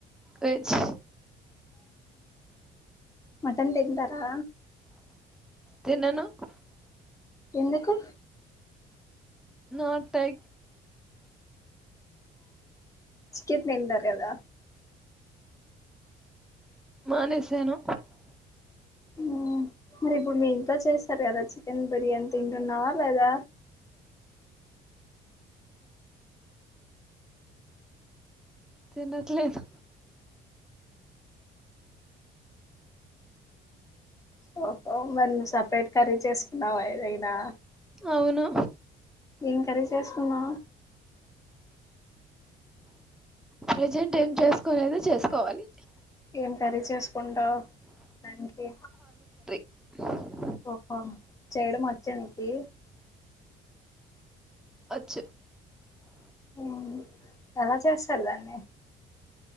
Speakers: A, in the centre; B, on the left.
A: వెజ్
B: మటన్ తింటారా?
A: తిన్నాను
B: ఎందుకు
A: నాట్ టైక్
B: చికెన్ తింటారు కదా
A: మానేసను
B: మా మరి ఇప్పుడు మీ ఇంట్లో చేస్తారు కదా చికెన్ బిర్యానీ తింటున్నావా లేదా
A: తినట్లేదు
B: ఓహో మరి నువ్వు సపరేట్ కర్రీ చేసుకున్నావా ఏదైనా
A: అవును
B: ఏం కర్రీ చేసుకున్నావ్
A: ప్రజెంట్ ఏం చెస్ కోలేదు చేసుకోవాలి
B: ఏం కర్రీ చేసుకుంటావ్ తినడానికి
A: హ
B: ఓహో చేయడం వచ్చానికి
A: వచ్చు
B: ఉమ్ ఎలా చేస్తారు దాన్ని